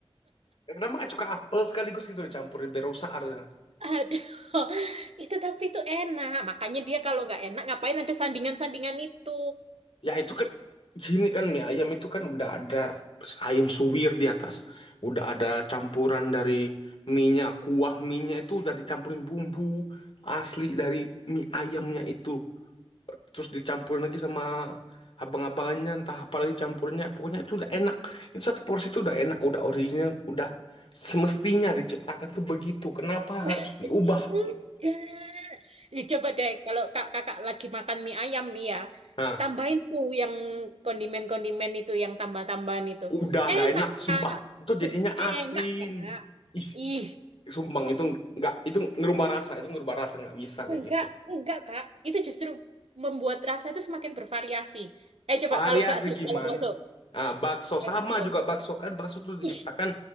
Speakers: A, on the left; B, on the right.
A: Kenapa nggak cuka apel sekaligus gitu dicampurin biar rusak harusnya.
B: aduh. Itu tapi itu enak. Makanya dia kalau nggak enak, ngapain ada sandingan-sandingan itu.
A: Ya itu kan gini kan mie ayam itu kan udah ada ayam suwir di atas. Udah ada campuran dari mie-nya, kuah mie-nya itu udah dicampurin bumbu asli dari mie ayamnya itu. Terus dicampurin lagi sama abang-abangannya entah apa lagi campurnya. Pokoknya itu udah enak. Itu satu porsi itu udah enak, udah original, udah semestinya diciptakan tuh begitu. Kenapa
B: <laughs>
A: harus diubah gitu.
B: Enggak. Ya, coba deh, kalau kak kakak lagi makan mie ayam nih ya,
A: Nah,
B: tambahin tuh yang kondimen-kondimen itu, yang tambah-tambahan itu.
A: udah
B: Enak,
A: gak enak, sumpah.
B: Kak.
A: Itu
B: Duh,
A: jadinya asin.
B: Enak, Kak.
A: Ih,
B: Ih,
A: Sumbang itu nggak itu ngerubah rasa itu ngerubah rasa nggak bisa kayak
B: enggak,
A: gitu
B: enggak, Kak. Itu justru membuat rasa itu semakin bervariasi. Eh, coba
A: variasi
B: kalau bakso,
A: gimana
B: kalau bakso.
A: ah bakso
B: Kalau
A: sama
B: Bakso.
A: juga bakso kan bakso tuh diciptakan
B: Ih,